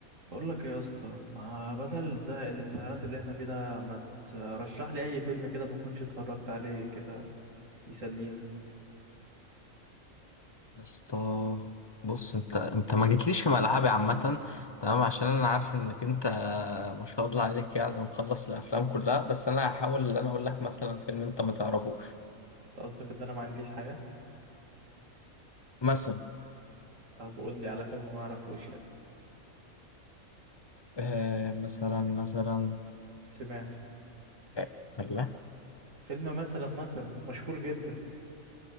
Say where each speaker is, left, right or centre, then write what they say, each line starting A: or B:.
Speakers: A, on the right; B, on the left.
A: بقول لك إيه يا اسطى ما بدل زهق الامتحانات اللي احنا فيه ده ما ترشح لي اي فيلم كده ما كنتش اتفرجت عليه كده يسلينا
B: يا اسطى بص انت انت ما جيتليش في ملعبي عامة تمام عشان انا عارف انك انت ما شاء الله عليك يعني مخلص الافلام كلها بس انا هحاول ان انا اقول لك مثلا فيلم انت ما تعرفوش
A: انت قصدك ان انا ما عنديش حياة
B: مثلا
A: طب قول لي على فيلم ما اعرفوش يلا
B: آه مثلا مثلا
A: سمعته
B: آه، الله
A: فيلم مثلا مثلا مشهور جدا